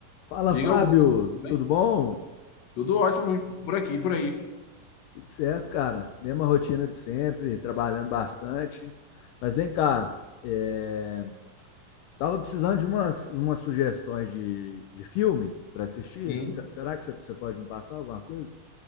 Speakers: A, on the left; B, on the left.
A: Fala,
B: Diga
A: Fábio,
B: Augusto, tudo bem?
A: tudo bom?
B: Tudo ótimo por aqui, por aí.
A: Tudo certo, cara? Mesma rotina de sempre, trabalhando bastante. Mas vem cá, é... tava precisando de umas, umas sugestões de, de filme para assistir.
B: Sim.
A: Se- será que você você pode me passar alguma coisa?